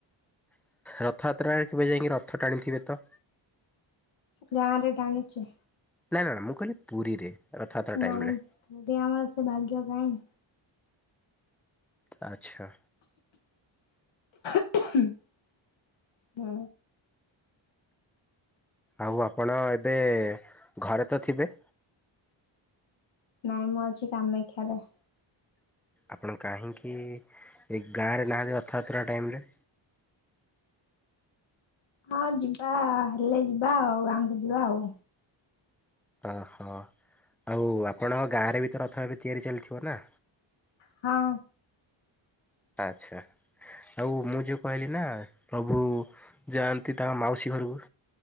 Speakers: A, in the centre; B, on the left.
A: ରଥଯାତ୍ରାରେ କେବେ ଯାଇକି ରଥ ଟାଣିଥିବେ ତ?
B: ଗାଁ ରେ ଟାଣିଛେ।
A: ନାଇଁ ନାଇ ମୁଁ କହିଲି ପୁରୀରେ? ରଥଯାତ୍ରା ଟାଇମରେ
B: ନାଇଁ <unintelligible> ଆମର ସେ ଭାଗ୍ୟ କାହିଁ।
A: ଆଚ୍ଛା।
B: ହଁ।
A: ଆଉ ଆପଣ ଏବେ ଘରେ ତ ଥିବେ?
B: ନାଇଁ ମୁଁ ଅଛି କାମାକ୍ଷାରେ।
A: ଆପଣ କାହିଁକି ଏ ଗାଁରେ ନାହାଁନ୍ତି ରଥଯାତ୍ରା ଟାଇମ୍ରେ?
B: ହଁ ଯିବା ହେଲେ ଯିବା ଆଉ ଗାଁ କୁ ଯିବା ଆଉ।
A: ଓହୋ ଆଉ ଆପଣଙ୍କ ଗାଁରେ ବି ତ ରଥ ଏବେ ତିଆରି ଚାଲିଥିବ ନା?
B: ହଁ।
A: ଆଚ୍ଛା। ଆଉ ମୁଁ ଯୋଉ କହିଲି ନା ପ୍ରଭୁ ଯାଆନ୍ତି ତାଙ୍କ ମାଉସୀ ଘରକୁ